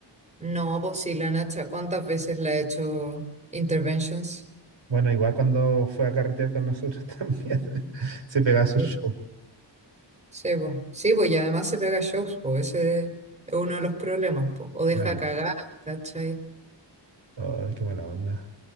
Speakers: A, on the right; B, on the right.
A: no, pues sí, la Nacha, ¿cuántas veces le ha hecho interventions?
B: Bueno, igual cuando fue a carretear con nosotros <laughs> también, se pegaba su
A: Sí,
B: show.
A: Sí, pues, sí, pues, y además se pega shows, pues, ese es uno de los problemas, pues, o deja
B: Claro.
A: cagar, ¿cachai?
B: Ay, qué mala onda.